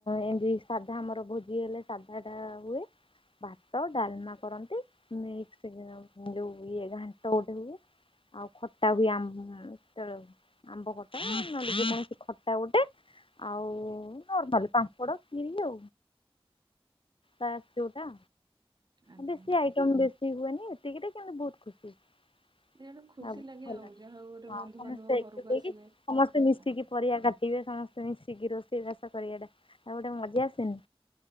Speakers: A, on the left; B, on the right.
A: ଏମିତି ସାଧା ଆମର ଭୋଜି ହେଲେ ସାଧାଟା ହୁଏ। ଭାତ ଡାଲମା କରନ୍ତି। ମିକ୍ସ ଯୋଉ ହୁଏ ଘାଣ୍ଟ ଗୋଟେ ହୁଏ। ଆଉ ଖଟା ବି ଆମ ତର ଆମ୍ବ କଟା ନହେଲେ ଯେ କୌଣସି ଖଟା ଗୋଟେ ଆଉ
B: ଆଜ୍ଞା
A: ନର୍ମାଲି ପାମ୍ପଡ <unintelligible> କାସ ଯୋଉଟା
B: ଆଜ୍ଞା।
A: ବେଶି ଆଇଟମ ବେଶି ହୁଏନି ଏତିକିରେ କିନ୍ତୁ ବହୁତ ଖୁସୀ। ସ
B: ଏ ଗୋଟେ ଖୁସି ଲାଗେ
A: ଭଲ
B: ଆଉ ଯାହା ହଉ ଗୋଟେ
A: ହଁ
B: ବନ୍ଧୁବାନ୍ଧବ
A: ସମସ୍ତେ
B: ଘରକୁ
A: ଏକ ହେକି
B: ଆସିଲେ
A: ସମସ୍ତେ ମିଶିକି
B: ଆଜ୍ଞା
A: ପରିବା କା ଥିବେ ସମସ୍ତେ ମିଶିକି ରୋଷେଇ ବାସ କରିବାଟା ହେଟା ଗୋଟେ ମଜା ଆସେନି।